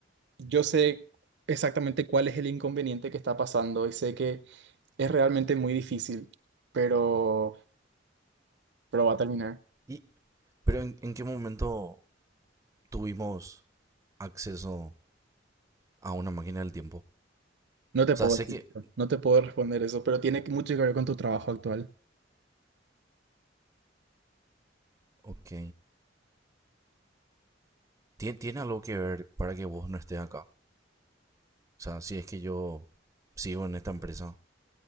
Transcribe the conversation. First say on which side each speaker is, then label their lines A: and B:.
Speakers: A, on the right (about 65°); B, on the right (about 15°).
A: yo sé exactamente cuál es el inconveniente que está pasando y sé que es realmente muy difícil, pero, pero va a terminar.
B: Y, pero ¿en, en qué momento tuvimos acceso a una máquina del tiempo. O
A: No te
B: sea,
A: puedo
B: sé
A: decir
B: que...
A: eso, no te puedo responder eso, pero tiene mucho que ver con tu trabajo actual.
B: Ok. Tien- tiene algo que ver para que vos no estés acá. O sea, si es que yo sigo en esta empresa,